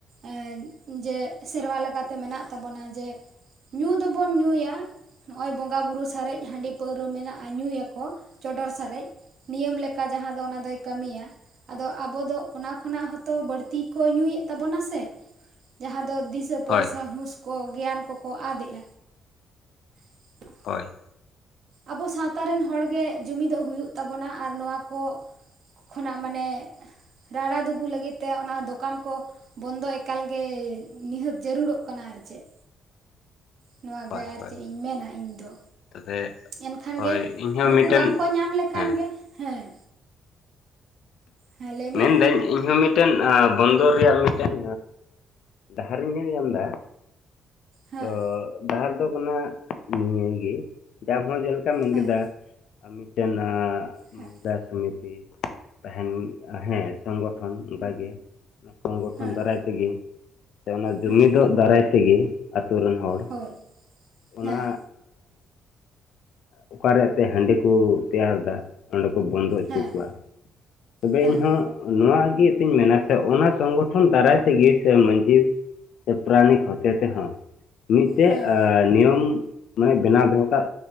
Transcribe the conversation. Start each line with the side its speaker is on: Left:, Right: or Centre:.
Right: ᱮ ᱡᱮ ᱥᱮᱨᱣᱟ ᱞᱮᱠᱟᱛᱮ ᱢᱮᱱᱟᱜ ᱛᱟᱵᱚᱱᱟ ᱡᱮ ᱧᱩ ᱫᱚᱵᱚᱱ ᱧᱩᱭᱟ ᱱᱚᱜᱼᱚᱭ ᱵᱚᱸᱜᱟ ᱵᱩᱨᱩ ᱥᱟᱨᱮᱡ ᱦᱟᱹᱰᱤ ᱯᱟᱹᱣᱨᱟᱹ ᱢᱮᱱᱟᱜᱼᱟ ᱧᱩᱭᱟᱠᱚ ᱪᱚᱰᱚᱨ ᱥᱟᱨᱮᱡ᱾ ᱱᱤᱭᱚᱢ ᱞᱮᱠᱟ ᱡᱟᱦᱟᱸ ᱫᱚ ᱚᱱᱟ ᱫᱚᱭ ᱠᱟᱹᱢᱤᱭᱟ ᱟᱫᱚ ᱟᱵᱚ ᱫᱚ ᱚᱱᱟ ᱠᱷᱚᱱᱟᱜ ᱦᱚᱸᱚ ᱛᱚ ᱵᱟᱹᱲᱛᱤ ᱠᱚ ᱧᱩᱭᱮᱫ ᱛᱟᱵᱚᱱᱟ ᱥᱮ ᱡᱟᱦᱟᱸ ᱫᱚ ᱫᱤᱥᱟᱹ ᱯᱚᱭᱥᱟ
Left: ᱦᱳᱭ
Right: ᱦᱩᱥ ᱠᱚ ᱜᱮᱭᱟᱱ ᱠᱚᱠᱚ ᱟᱫᱮᱜᱼᱟ᱾ <unintelligible>
Left: ᱦᱳᱭ᱾
Right: ᱟᱵᱚ ᱥᱟᱶᱛᱟ ᱨᱮᱱ ᱦᱚᱲᱜᱮ ᱡᱩᱢᱤᱫᱚᱜ ᱦᱩᱭᱩᱜ ᱛᱟᱵᱚᱱᱟ ᱟᱨ ᱱᱚᱣᱟ ᱠᱚ ᱠᱷᱚᱱᱟᱜ ᱢᱟᱱᱮ ᱨᱟᱲᱟ ᱫᱩᱜᱩ ᱞᱟᱹᱜᱤᱫ ᱛᱮ ᱚᱱᱟ ᱫᱚᱠᱟᱱ ᱠᱚ ᱵᱚᱱᱫᱚ ᱮᱠᱟᱞᱜᱮ ᱱᱤᱦᱟᱹᱛ ᱡᱟᱹᱨᱩᱲᱚᱜ ᱠᱟᱱᱟ ᱟᱨ ᱪᱮᱫ᱾ ᱱᱚᱣᱟᱜᱮ
Left: ᱦᱳᱭ
Right: ᱟᱨ
Left: ᱦᱳᱭ
Right: ᱪᱮᱫ ᱤᱧ ᱢᱮᱱᱟ ᱤᱧ ᱫᱚ᱾
Left: ᱛᱚᱵᱮ
Right: ᱮᱱᱠᱷᱟᱱ
Left: ᱦᱳᱭ
Right: ᱜᱮ
Left: ᱤᱧᱦᱚᱸ
Right: ᱱᱩᱠᱩ
Left: ᱢᱤᱫᱴᱮᱱ
Right: ᱵᱟᱝᱠᱚ ᱧᱟᱢ ᱞᱮᱠᱷᱟᱱ
Left: ᱦᱮᱸ
Right: ᱜᱮ ᱦᱮᱸ, ᱦᱮᱸ ᱞᱟᱹᱭ ᱢᱮ
Left: ᱢᱮᱱᱫᱟᱹᱧ ᱤᱧᱦᱚᱸ ᱢᱤᱫ ᱢᱤᱫᱴᱟᱹᱝ ᱵᱚᱱᱫᱚᱨ ᱨᱮᱭᱟᱜ ᱢᱤᱫᱴᱟᱹᱝ ᱰᱟᱦᱟᱨᱤᱧ ᱧᱮᱞ ᱧᱟᱢ ᱮᱫᱟ,
Right: ᱦᱮᱸ
Left: ᱛᱚ ᱰᱟᱦᱟᱨ ᱫᱚ ᱠᱟᱱᱟ ᱱᱤᱭᱟᱹᱜᱮ <unintelligible> ᱢᱮᱱ
Right: ᱦᱮᱸ
Left: ᱠᱮᱫᱟ ᱢᱤᱫᱴᱟᱹᱱ ᱮ
Right: ᱦᱮᱸ
Left: ᱢᱩᱦᱤᱞᱟ ᱥᱚᱢᱤᱛᱤ ᱛᱟᱦᱮᱸᱱ ᱦᱮᱸ ᱥᱚᱝᱜᱚᱴᱷᱚᱱ ᱚᱱᱠᱟ ᱜᱮ ᱥᱚᱝᱜᱚᱴᱷᱚᱱ
Right: ᱦᱮᱸ
Left: ᱫᱟᱨᱟᱭ ᱛᱮᱜᱮ ᱥᱮ ᱚᱱᱟ ᱡᱩᱢᱤᱫᱚᱜ
Right: ᱦᱮᱸ
Left: ᱫᱟᱨᱟᱭ ᱛᱮᱜᱮ ᱟᱛᱩ ᱨᱮᱱ ᱦᱚᱲ
Right: ᱦᱳᱭ
Left: ᱚᱱᱟ
Right: ᱦᱮᱸ
Left: ᱚᱠᱟᱨᱮ ᱚᱛᱮ ᱦᱟᱹᱰᱤ ᱠᱚ ᱛᱮᱭᱟᱨ ᱫᱟ ᱚᱸᱰᱮ ᱠᱚ ᱵᱚᱱᱫᱚ ᱚᱪᱚ
Right: ᱦᱮᱸ
Left: ᱠᱚᱣᱟ᱾ ᱛᱚᱵᱮ
Right: ᱦᱮᱸ
Left: ᱤᱧᱦᱚᱸ ᱱᱚᱣᱟ ᱜᱮ ᱛᱤᱧ ᱢᱮᱱᱟ ᱥᱮ ᱚᱱᱟ ᱥᱚᱝᱜᱚᱴᱷᱚᱱ ᱫᱟᱨᱟᱭ ᱛᱮᱜᱮ ᱥᱮ ᱢᱟᱹᱡᱷᱤ ᱥᱮ ᱯᱟᱨᱟᱱᱤᱠ ᱦᱚᱛᱮ ᱛᱮᱦᱚᱸ ᱢᱤᱫᱴᱮᱡ
Right: ᱦᱮᱸ
Left: ᱮ ᱱᱤᱭᱚᱢ ᱢᱟᱱᱮ ᱵᱮᱱᱟᱣ ᱫᱚᱦᱚ ᱠᱟᱜ